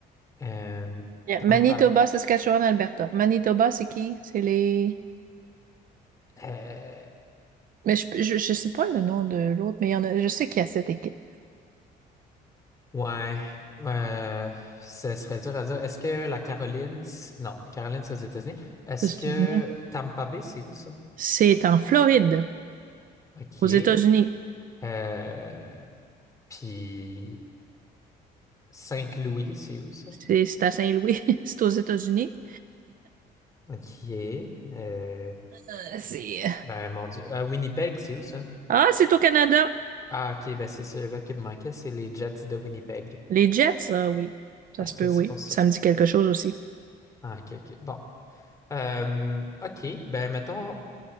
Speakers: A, on the left; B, on the right.
A: Euh,
B: Yeah,
A: Tampa.
B: Manitoba, Saskatchewan, Alberta. Manitoba, c'est qui? C'est les.
A: euh,
B: Mais je, je, je sais pas le nom de l'autre, mais il y en a, je sais qu'il y a cette équipe
A: ouais. euh, ce serait dur à dire. Est-ce que la Caroline. c- Non, Caroline, c'est aux États-Unis. Est-ce
B: aux
A: que
B: États-Unis.
A: Tampa Bay, c'est où ça?
B: C'est en Floride,
A: OK.
B: aux États-Unis.
A: Euh, puis Saint-Louis, c'est où ça?
B: C'est c'est à Saint-Louis, <laughs> c'est aux États-Unis.
A: OK. Euh,
B: Euh, c'est-
A: ben, mon Dieu. Euh, Winnipeg, c'est où ça?
B: Ah, c'est au Canada.
A: Ah, OK, ben c'est celui-là qui me manquait. C'est les Jets de Winnipeg.
B: Les Jets, ah oui. Ça
A: OK,
B: se peut,
A: c'est
B: oui.
A: pour ça.
B: Ça me dit quelque chose aussi.
A: Ah, ok, ok. Bon. Euh, ok, ben mettons,